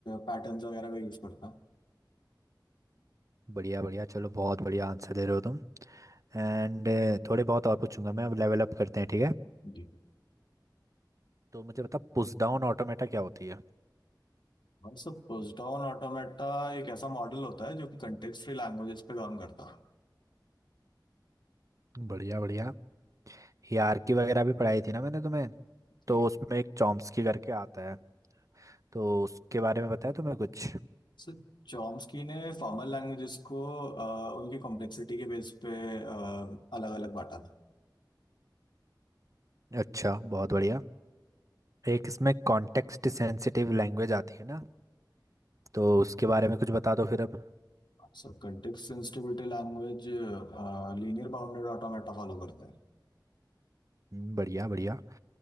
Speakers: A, on the left; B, on the right.
A: पैटर्न्स वगैरह का यूज करना है
B: बढ़िया बढ़िया चलो बहुत बढ़िया आंसर दे रहे हो तुम एंड थोड़े बहुत और पूछूंगा मैं अब लेवल अप करते हैं ठीक है
A: जी
B: तो मुझे बता पुश डाउन ऑटोमेटा क्या होती है
A: हाँ सर पुश डाउन ऑटोमेटा एक ऐसा मॉडल होता है जो कि कंटेक्स्ट फ्री लैंग्वेजेस पे काम करता है
B: बढ़िया बढ़िया हायरार्की वगैरह भी पढ़ाई थी ना मैंने तुम्हें
A: जी
B: तो उसमें एक चॉम्स्की करके आता है तो उसके बारे में बताया तुम्हें कुछ
A: सर चॉम्स्की ने फॉर्मल लैंग्वेजेस को अ, उनकी कॉम्प्लेक्सिटी के बेस पे अलग अलग बांटा था
B: अच्छा बहुत बढ़िया एक इसमें कॉन्टेक्स्ट सेंसिटिव लैंग्वेज आती है ना तो उसके बारे में कुछ बता दो फिर अब
A: Sir context sensitivity language linear bounded automata follow करते हैं
B: हम्म, बढ़िया बढ़िया